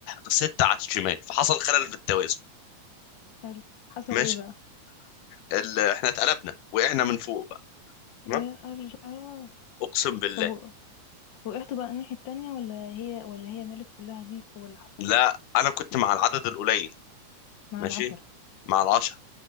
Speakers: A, on the left; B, on the left.
A: ستة على الشمال فحصل خلل في التوازن
B: حلو حصل
A: ماشي
B: ايه بقى
A: ال... احنا اتقلبنا وقعنا من فوق بقى
B: يا
A: تمام
B: الله
A: اقسم بالله
B: طب و- وقعتوا بقى الناحية التانية ولا هي ولا هي مالت كلها بيك ولا حصل
A: لا
B: ايه
A: انا كنت مع العدد القليل
B: مع
A: ماشي
B: العشرة
A: مع العشر